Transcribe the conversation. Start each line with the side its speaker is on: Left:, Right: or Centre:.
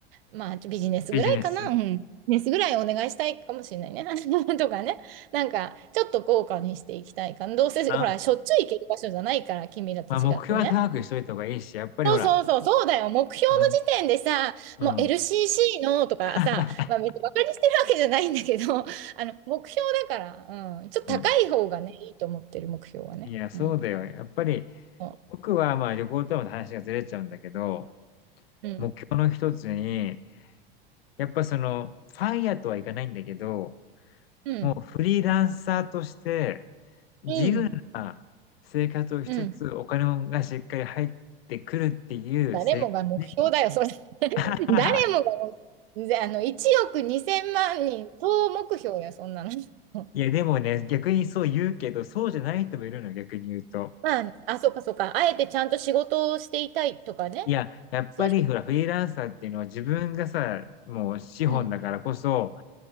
Right: まあ、ビジネスぐらいかな、
Left: ビジネス。
Right: うん。ビジネスぐらいお願いしたいかもしれないね。<laughs> とかね。なんか、ちょっと豪華にしていきたいかな。どうせ、
Left: あ、
Right: ほら、しょっちゅう行ける場所じゃないから、君らと違ってね。
Left: まあ、目標は高くしといた方がいいし、やっぱりほら、
Right: そうそうそう、そうだよ。目標の時点でさ、
Left: うん。うん。
Right: もう LCC のとかさ、
Left: <laughs>
Right: まあ、別にバカにしてるわけじゃないんだけど、<laughs> あの、目標だから、うん、ちょっと高い方がね、
Left: うん。
Right: いいと思ってる目標はね。
Left: いや、そうだよ。
Right: うん。
Left: やっぱり、
Right: そ
Left: 僕はまあ旅行との話がずれちゃうんだけど、
Right: ううん。
Left: 目標の一つに、やっぱその、ファイヤーとはいかないんだけど、
Right: うん。
Left: もうフリーランサーとして自由な生活をしつつ、
Right: うん。うん。
Left: お金もがしっかり入ってくるっていう生活でも、
Right: 誰もが目標だよ、それ。<laughs>
Left: <laughs>
Right: 誰もが、ぜあの、1億2000万人、総目標よ、そんなの。<laughs>
Left: いやでもね、逆にそう言うけど、そうじゃない人もいるのよ、逆に言うと。
Right: まあ、あ、そうか、そうか。あえてちゃんと仕事をしていたいとかね。
Left: いや、やっぱりほら、
Right: そういう人、
Left: フリーランサーっていうのは自分がさ、もう資本だからこそ、
Right: うん。